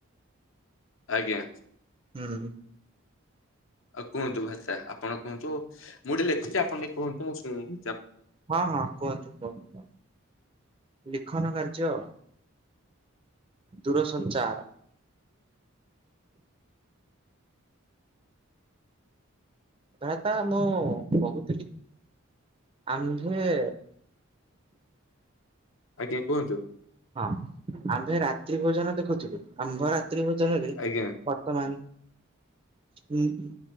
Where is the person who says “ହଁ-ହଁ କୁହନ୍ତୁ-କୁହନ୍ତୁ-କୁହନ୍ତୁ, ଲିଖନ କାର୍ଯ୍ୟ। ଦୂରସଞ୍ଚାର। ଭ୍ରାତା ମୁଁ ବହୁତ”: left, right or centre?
Right